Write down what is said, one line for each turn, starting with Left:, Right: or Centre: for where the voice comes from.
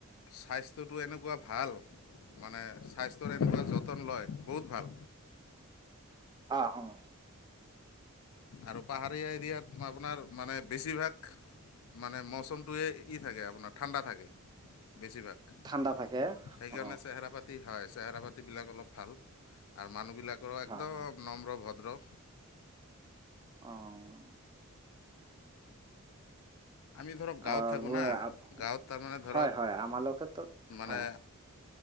Left: স্বাস্থ্যটো এনেকুৱা ভাল। মানে স্বাস্থ্যৰ এনেকুৱা যতন লয়, বহুত ভাল।
Right: আহো <unintelligible>
Left: আৰু পাহাৰীয়া এৰিয়াত আপোনাৰ মানে বেছিভাগ মানে মৌচমটোৱে ই থাকে আপোনাৰ ঠাণ্ডা থাকে বেছিভাগ।
Right: ঠাণ্ডা থাকে
Left: সেইকাৰণে
Right: অ',
Left: চেহেৰা পাতি, হয়, চেহেৰা পাতিবিলাক অলপ ভাল আৰু মানুহবিলাকৰ একদম
Right: হয়, হয়,
Left: নম্ৰ ভদ্ৰ।
Right: অহ।
Left: আমি ধৰক গাঁৱত
Right: অ', <unintelligible>
Left: থাকোঁ না গাঁৱত তাৰমানে ধৰক
Right: হয়, হয় আমালোকেটো
Left: মানে
Right: হয়।